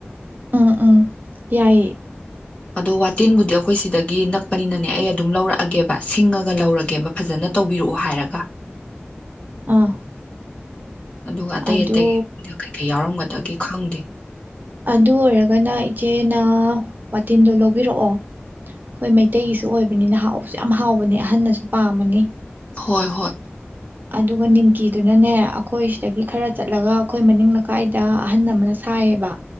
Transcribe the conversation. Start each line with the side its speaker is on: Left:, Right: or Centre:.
Right: ꯎꯝ ꯎꯝ ꯌꯥꯏꯌꯦ
Left: ꯑꯗꯣ ꯋꯥꯇꯤꯟꯕꯨꯗꯤ ꯑꯩꯈꯣꯏ ꯁꯤꯗꯒꯤ ꯅꯛꯄꯅꯤꯅꯅꯦ ꯑꯩ ꯑꯗꯨꯝ ꯂꯧꯔꯛꯑꯒꯦꯕ ꯁꯤꯡꯉꯒ ꯂꯧꯔꯒꯦꯕ ꯐꯖꯅ ꯇꯧꯕꯤꯔꯛꯑꯣ ꯍꯥꯏꯔꯒ
Right: ꯑꯥ
Left: ꯑꯗꯨꯒ ꯑꯇꯩ
Right: ꯑꯗꯨ
Left: ꯑꯇꯩꯗꯨꯅ ꯀꯩꯀꯩ ꯌꯥꯎꯔꯝꯒꯅꯤ ꯗꯒꯦ ꯈꯪꯗꯦ
Right: ꯑꯗꯨ ꯑꯣꯏꯔꯒꯅ ꯏꯆꯦꯅ ꯋꯥꯇꯤꯟꯗꯣ ꯂꯧꯕꯤꯔꯛꯑꯣ ꯑꯩꯈꯣꯏ ꯃꯩꯇꯩꯒꯤꯁꯨ ꯑꯣꯏꯕꯅꯤꯅ ꯍꯥꯎꯕꯁꯨ ꯌꯥꯝ ꯍꯥꯎꯕꯅꯦ ꯑꯍꯟꯅꯁꯨ ꯄꯥꯝꯃꯅꯤ
Left: ꯍꯣꯏ ꯍꯣꯏ
Right: ꯑꯗꯨꯒ ꯅꯤꯝꯀꯤꯗꯨꯅꯅꯦ ꯑꯩꯈꯣꯏ ꯁꯤꯗꯒꯤ ꯈꯔ ꯆꯠꯂꯒ ꯑꯩꯈꯣꯏ ꯃꯅꯤꯡ ꯂꯩꯀꯥꯏꯗ ꯑꯍꯟ ꯑꯃꯅ ꯁꯥꯏꯌꯦꯕ